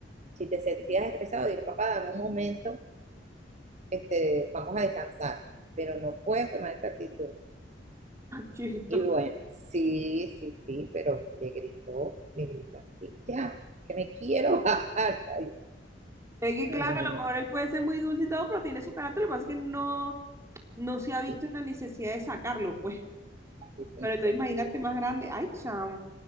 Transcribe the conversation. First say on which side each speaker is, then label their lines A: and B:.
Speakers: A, on the right; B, on the right.
A: si te sentías estresado, dile, papá, dame un momento, este, vamos a descansar, pero no puedes tomar esa actitud.
B: chisto.
A: Y bueno, sí, sí, sí, pero le gritó, le gritó así, ya, que me quiero bajar. <laughs> Ay,
B: Es que,
A: no,
B: claro,
A: no, no,
B: a lo
A: no, no,
B: mejor él puede ser muy dulce y todo, pero tiene su carácter. Lo que pasa es que no, no se ha visto
A: sí,
B: la necesidad de sacarlo, pues.
A: sí, sí,
B: Pero
A: no,
B: entonces
A: totalmente.
B: imagínate más grande. Ay, chamo.